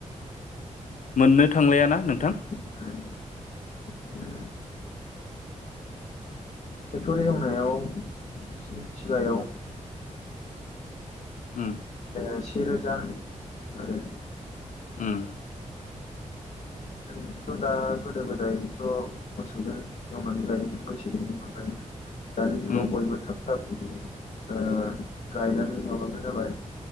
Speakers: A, on the left (about 75°); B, on the left (about 60°).
A: मोननो थांलायााना नोंथां
B: ओमफ्राय बिदिनो ट्रेक्टरि एवनायाव बिदिनो बिगायाव
A: उम
B: एसे रोजा आरो
A: उम
B: बेनोथ' दा गोदो गोदायथ' मोसौजों एवनानै लायोमोन मैसोजों एवनानै लायोमोन दानि जुगाव
A: उम
B: बयबो थाब थाब ओ गायनानै माबानो जाबाय